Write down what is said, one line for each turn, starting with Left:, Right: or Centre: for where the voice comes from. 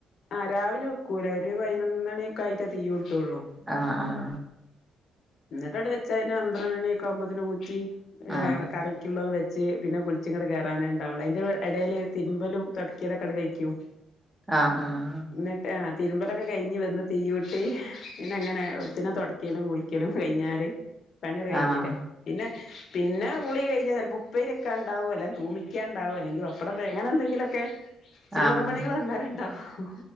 Left: ആഹ് രാവിലെ വെക്കൂല ഒരു പയിനൊന്ന് മണിയൊക്കെ ആയിറ്റാ തീയൂട്ടൊള്ളൂ.
Right: ആഹ് ആഹ്.
Left: ഇന്നെട്ടാണ്ട് വെച്ചാ പിന്നെ പന്ത്രണ്ടണി ഒക്കാവുമ്പോത്തിനും ഊറ്റി <unintelligible>
Right: ആഹ്
Left: കറി ക്ക്യുള്ളതും വെച്ച് പിന്നെ കുളിച്ചിങ്ങട് കേറാനേ ഇണ്ടാവൊള്ളൂ. അയ്ന്റെ എടേല് തിര്മ്പലും തൊടക്ക്യലൊക്കാണ്ട് കയ്ക്ക്യും.
Right: ആഹ് ആഹ്.
Left: ഇന്നട്ട് ആഹ് തിരുമ്പലൊക്കെ കയിഞ്ഞ് വന്ന് തീയ്യൂട്ടി പിന്നെ അങ്ങനെ പിന്നെ തൊട്ക്ക്യലും കുളി ക്ക്യലും കയിഞ്ഞാല് പണ്യാട് കഴിഞ്ഞില്ലേ.
Right: ആഹ്
Left: പിന്നെ പിന്നെ കുളി കഴിഞ്ഞാ ചെലപ്പോ, ഉപ്പേര്യെക്കാണ്ടാവും അല്ലെ തൂമിക്ക്യാണ്ടാവും അല്ലെങ്കി പപ്പടം പെഴെ, അങ്ങനെ എന്തെങ്കിലൊക്കെ
Right: ആഹ്
Left: ചില്ലറ പണികൾ അന്നേരണ്ടാവും